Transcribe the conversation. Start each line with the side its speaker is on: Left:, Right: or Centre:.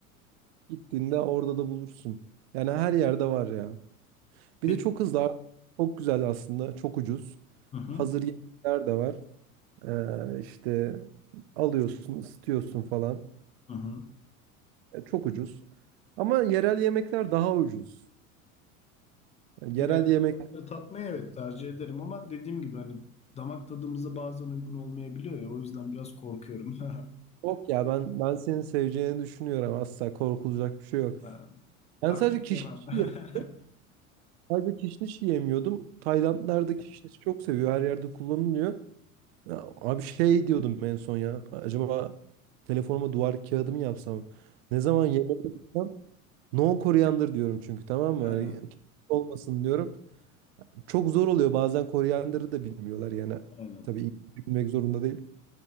Right: Gittiğinde orada da bulursun. Yani her yerde var ya. Bir
Left: Peki.
Right: de çok hızlı. abi. Çok güzel aslında. Çok ucuz.
Left: Hı hı.
Right: Hazır yemekler de var. Ee, işte alıyorsun, ısıtıyorsun falan.
Left: Hı hı.
Right: E, Çok ucuz. Ama yerel yemekler daha ucuz. Yani
Left: Yerel
Right: yerel yemek
Left: yemekleri tatmayı evet tercih ederim ama dediğim gibi hani damak tadımıza bazen uygun olmayabiliyor ya o yüzden biraz korkuyorum. <laughs>
Right: yok ya ben ben seni seveceğini düşünüyorum. Asla korkulacak bir şey yok.
Left: Ee,
Right: Ben
Left: Akrep
Right: sadece kişniş
Left: yemem. <laughs>
Right: yiyemiyordum. Sadece kişniş yiyemiyordum. Taylandlarda kişniş çok seviyor. Her yerde kullanılıyor. Ya, abi şey diyordum en son ya. Acaba telefonuma duvar kağıdı mı yapsam? Ne zaman yemeğe gitsem no koriander diyorum çünkü tamam mı?
Left: Ee,
Right: Hani olmasın diyorum. Çok zor oluyor bazen Koryanları da bilmiyorlar yani.
Left: Aynen.
Right: Tabii İngilizce bilmek zorunda değil.